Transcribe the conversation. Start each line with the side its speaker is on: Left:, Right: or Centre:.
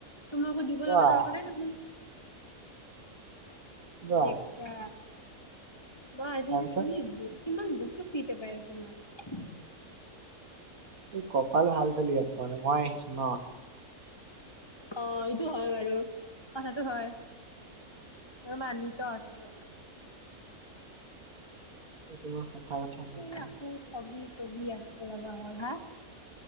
Left: তোমাক আকৌ দিব
Right: বাহ,
Left: লগা দৰকাৰেই নহয়।
Right: বাহ
Left: দেখছা মই আজিৰ
Right: তাৰপিছত
Left: কি কিমান বস্তু কি ফ্ৰীতে পাই আছো মই
Right: এই কপাল ভাল চলি আছে, মই আহিছো ন।
Left: অ এইটো হয় বাৰু কথাটো হয়, মানিটো আছো।
Right: <unintelligible> কৈছো।
Left: এ আকৌ চবি ছবি আঁকিব লগা হ'ল হা